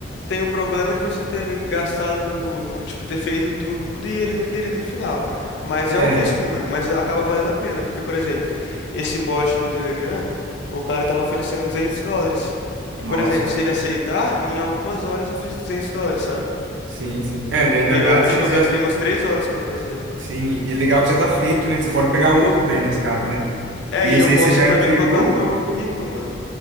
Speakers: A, on the left; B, on the right.
A: tem o problema de você ter gastado, tipo, ter feito tudo e ele não querer no final. Mas é
B: É,
A: um risco, mano. Mas acaba valendo a pena, porque, por exemplo, esse bot do Telegram, o cara tava oferecendo 200 dólares. E,
B: nossa,
A: por exemplo,
B: cara.
A: se ele aceitar, em algumas horas eu fiz 200 dólares, sabe?
B: Sim, sim. É, daí, na
A: Eu
B: verdade,
A: acho
B: você,
A: que
B: você
A: eu gastei
B: já.
A: umas 3 horas pra fazer.
B: Sim, e legal que já tá feito, né? Você pode pegar outro daí nesse caso, né?
A: É,
B: E esse
A: e eu posso
B: aí você já
A: também
B: entregou.
A: colocar no meu currículo, mano,